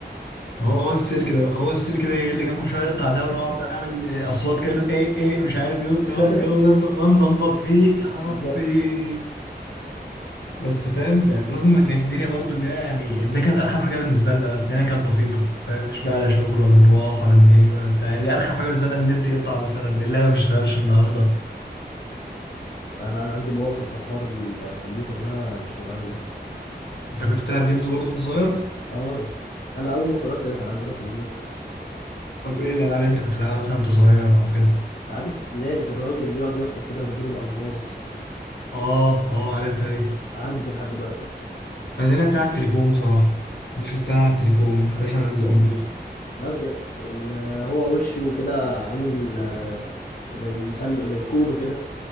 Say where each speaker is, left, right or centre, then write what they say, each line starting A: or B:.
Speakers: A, on the left (about 85°); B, on the left (about 55°).
A: ما هو هو السلك ده بقى هو السلك ده اللي كان كل شويه يقطع ده ونقعد بقى نعمل اصوات كده نقول ايه ايه مش عارف ايه وبتاع
B: <laughs>
A: والجو ده بنفضل بقى نظبط فيه يا
B: بالظبط
A: ربي بس فاهم يعني برغم ما كانت الدنيا برضو اللي هي يعني يعني ده كانت ارخم حاجه بالنسبه لنا بس الدنيا كانت بسيطه فاهم مش بقى لا شغل ولا مروح ولا مجاي ولا بتاع يعني دي ارخم حاجه بالنسبه لنا إن النت يقطع مثلا اللعبه مش شغالش النهارده
B: انا انا عندي مواقف في حوار الكمبيوتر ده مش طبيعيه
A: انت كنت بتلعب جيمز برضو وانت صغير
B: اه انا اول ما اتولدت لك كان عندنا كمبيوتر
A: طب ايه الالعاب اللي انت كنت بتلعبها مثلا وانت صغير او كده
B: عارف لعبه الراجل اللي بيقعد يحفر كده ويجيب الالماظ
A: اه اه عارفها دي
B: عندي لحد دلوقتي
A: انا دي لعبتها على التليفون بصراحه دي شفتها على التليفون ما لعبتهاش
B: على التليفون
A: على الكمبيوتر
B: لا بجد ال- هو وشه كده عامل آه، زي مسلة زي الكون وكده